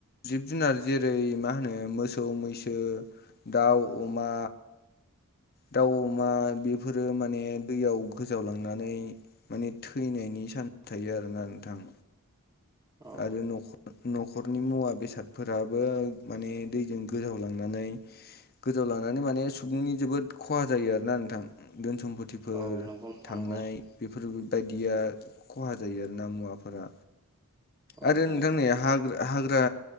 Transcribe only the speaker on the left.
जिब जुनार जेरै मा होनो मोसौ मैसो दाउ, अमा दाउ, अमा बेफोरो माने दैयाव गोजावलांनानै माने थैनायनि चान्स थायो आरोना नोंथां।
आरो नख'र नख' नख'रनि मुवा बेसादफोराबो माने दैजों गोजावलांनानै। गोजाव लांनानै माने सुबुंनि जोबोद खहा जायो आरो ना नोंथां दै सम्फथिफोर
थांनाय
बेफोरो बायदिया खहा जायो आरो ना मुवाफोरा
आरो
नोंथां नै हाग्र हाग्र